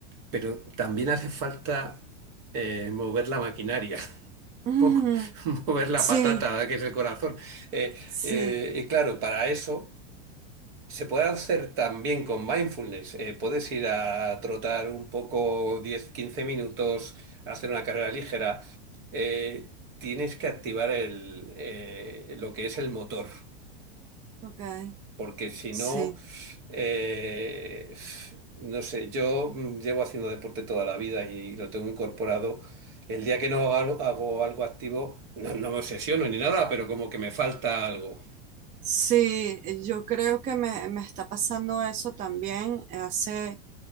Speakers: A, on the right; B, on the right.
A: pero también hace falta eh, mover la maquinaria, <laughs>
B: <laughs> Ujú.
A: un poco, mover la
B: Sí,
A: patata, que es el corazón. Eh,
B: sí,
A: eh, y claro, para eso... Se puede hacer también con mindfulness. Eh, puedes ir a trotar un poco diez quince minutos, hacer una carrera ligera. Eh, tienes que activar el, eh, lo que es el motor,
B: ok,
A: porque si
B: sí.
A: no, eh, no sé, yo mm, llevo haciendo deporte toda la vida y lo tengo incorporado. El día que no hago, hago algo activo, no, no me obsesiono ni nada, pero como que me falta algo.
B: Sí, yo creo que me, me está pasando eso también. Hace